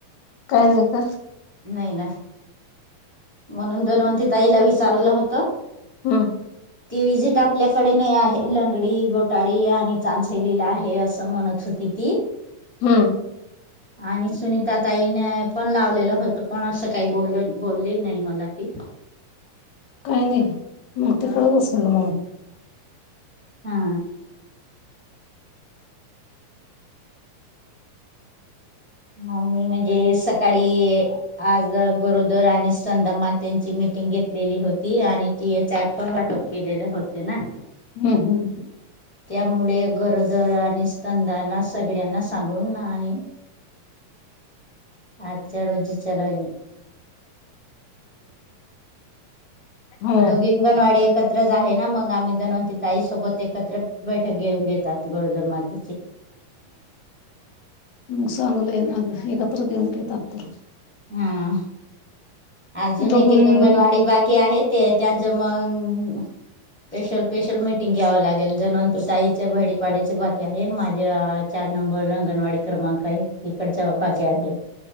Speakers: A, on the left; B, in the centre.
A: काय नाही का
B: नाही ना म्हणून दन्वंती ताईला विचारलं होत.
A: हम.
B: ती विजिट आपल्याकडे नाही आहे लंगडी गोटाळी आणि चांचयलीला आहे असं म्हणत होत. किती.
A: हम्म.
B: आणि सुनीता ताईने पण लावलेलं होत पण असं काही बोलले. नाही मला कि.
A: काही नाही मग तिकडच असेल मग.
B: हा. आणि म्हणजे स काळी आज गोरोदर आणि संंदमा त्यांची मिटिंग घेतलेली होती आणि की चार प वाटप केलेले होते ना.
A: हम्म हम्म.
B: त्यामुळे गरोदर आणि स्तंदांना सगळ्यांना सांगून आणि अच्छा रोजी चलाे
A: हो
B: दोघी अगंणवाडी एकच. च आहे ना मग आम्ही दनवतीि त आईसोबत एकत्र बैठक घेऊन घेतात गोरोदरमात.
A: मग चांगलंय नाग एकत्र घेऊन घेतात तर.
B: हा. अजून
A: दोघांनी
B: एके
A: मिळून
B: अंगणवाडी बाकी आहे ते त्यांचं मग. स्पेशल स्पेशल मीटिंग घ्यावं लागेल दनवंतर ताईच्या बहिपाड्याचे बाकी आहे माझ्या. नंबर अंगणवाडी क्रमांक तिकडच्या भागे आहे.